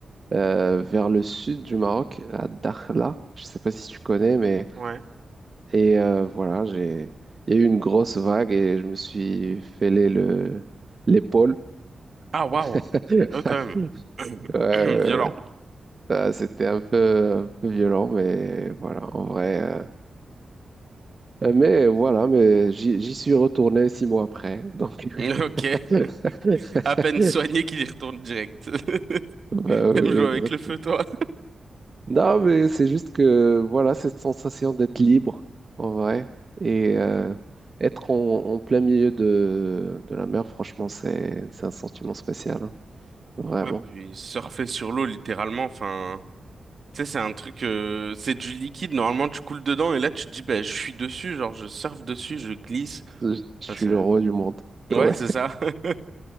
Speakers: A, on the right (about 45°); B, on the right (about 60°).
A: euh, vers le sud du Maroc, à Dakhla. Je sais pas si tu connais, mais
B: Ouais.
A: Et euh, voilà, j'ai, il y a eu une grosse vague et je me suis fêlé le, l'épaule.
B: Ah, waouh.
A: <laughs>
B: Ah oui, quand même.
A: Ouais, ouais,
B: <clears throat> Violent.
A: ouais. c'était un peu, un peu violent, mais voilà, en vrai. euh, Mais voilà, mais j'y j'y suis retourné six mois après. Donc,
B: <laughs> Ok.
A: <laughs>
B: À peine soigné qu'il y retourne direct.
A: bah,
B: <laughs>
A: oui,
B: T'aimes jouer
A: exactement.
B: avec le feu, toi?
A: Non, mais c'est juste que voilà, cette sensation d'être libre, en vrai, et euh, être en, en plein milieu de, de la mer, franchement, c'est c'est un sentiment spécial, hein. Vraiment.
B: Ouais, puis surfer sur l'eau, littéralement, enfin... Tu sais, c'est un truc... euh, c'est du liquide, normalement, tu coules dedans, et là, tu te dis, bah, je suis dessus, genre, je surfe dessus, je glisse.
A: Je, je suis
B: Enfin,
A: le roi du monde.
B: c'est- ouais,
A: Ouais.
B: c'est ça. <laughs>